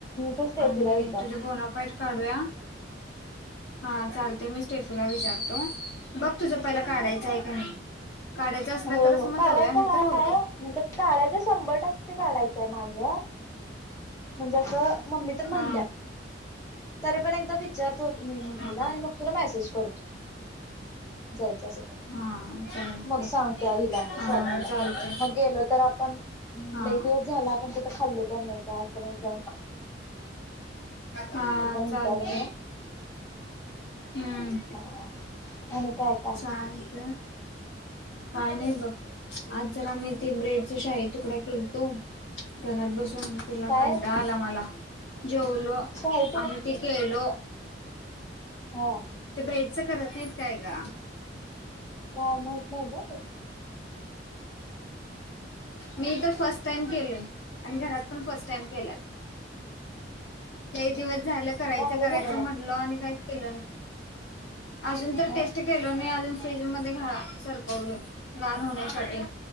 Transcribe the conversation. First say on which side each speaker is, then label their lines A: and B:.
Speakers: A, on the left; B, on the left.
A: तू स्टेफीला
B: आणि
A: विचार
B: तुझे बोनापाईट काढूया हा चालते मी स्टेफीला विचारतो बघ तुझं पहिला काढायचं
A: हा
B: आहे का नाही काढायचं असलं
A: हो
B: तरच
A: हो
B: मग
A: काढायच
B: जाऊया नाही
A: हा
B: तर राहू दे
A: काढायचं शंभर टक्के काढायचंय माझं म्हणजे असं मम्मी तर म्हणल्या
B: हा
A: तरी पण एकदा विचारतो होत मी मम्मीला
B: हा
A: आणि मग तुला मेसेज करतो जायच
B: हा चालते
A: मग सांग त्या हिला
B: हा
A: स्वातीला
B: चालते
A: मग गेलो तर आपण
B: हा
A: लई दिवस झाला आपण कुठं खाल्लो पण नाही का असं जाऊ
B: हा
A: विचारून
B: चालते
A: येऊया
B: हम्म
A: हा आणि काय काय
B: चालत काय नाही बघ आज जरा मी ते ब्रेडचा शाही तुकडा केलतो घरात बसून मी तिला
A: काय
B: कंटाळा आला मला जेवलो
A: शाही
B: आणि ती केलो
A: हो
B: बेडच करत नाहीत काय का
A: काय माहित नाही ग
B: मी तर फर्स्ट टाइम केलय आणि घरात पण फर्स्ट टाइम का दिवस झालं करायचं
A: चांगलंच
B: करायचं
A: होतं
B: म्हटलं आणि काय अजून
A: का
B: तर टेस्ट केलो नाही अजून फ्रीज मध्ये घरा सरकवलय गार होण्यासाठी